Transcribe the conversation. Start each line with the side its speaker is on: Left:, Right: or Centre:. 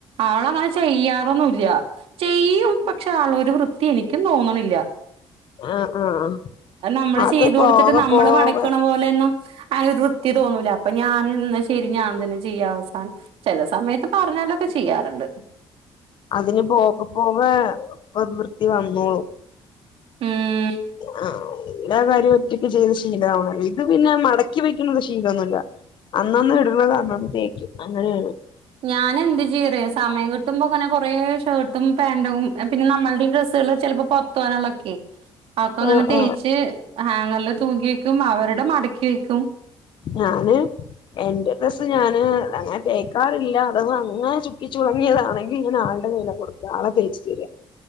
Right: ആളങ്ങനെ ചെയ്യാറൊന്നുല്ല ചെയ്യും പ പക്ഷെ ആളൊരു വൃത്തി എനിക്കും തോന്നണില്ല
Left: ആഹ് ആഹ്
Right: നമ്മള്
Left: അത്
Right: ചെയ്ത് കൊടുത്തിട്ട്
Left: പോക
Right: നമ്മള്
Left: പോക
Right: മടക്കണ പോലെ ആ ഒര് വൃത്തി തോന്നൂല അപ്പൊ ഞാൻ എന്ന ശരി ഞാൻ തന്നെ ചെയ്യാം അവസാനം ചെല സമയത്ത് പറഞ്ഞാലൊക്കെ ചെയ്യാറുണ്ട്
Left: അതിന് പോക പോക വൃത്തി വന്നോളും
Right: ഉം
Left: ആ എല്ലാ കാര്യവും ഒറ്റക്ക് ചെയ്ത് ശീലാവണം ഇത് പിന്നെ മടക്കി വെക്കുന്ന ശീലൊന്നുല്ല അന്നന്ന് ഇടൂന്നത് അന്നന്ന് തേക്കും അങ്ങനെ ആണ്
Right: ഞാനെന്ത് ചെയ്യറിയോ സമയം കിട്ടുമ്പോ അങ്ങനെ കൊറേ ഷർട്ടും പാൻറു പിന്നെ നമ്മളുടെയും ഡ്രസ്സുകള് ചെലപ്പോ പൊറത്തുവാനുള്ളൊക്കെ അ ഒക്കെ അങ്ങനെ
Left: ആഹ്
Right: തേച്ച്
Left: ആഹ്
Right: ഹാങ്ങറില് തൂക്കിവെക്കും അവരുടെ മടക്കി വക്കും
Left: ഞാന് എന്റെ ഡസ്സ് ഞാന് അങ്ങനെ തേക്കാറില്ല അഥവാ അങ്ങനെ ചുക്കിച്ചുളിങ്ങിയതാണെങ്കിൽ ഞാൻ ആളുടെ കയ്യിലങ്ങു കൊടുക്കും ആള തേച്ച് തരാ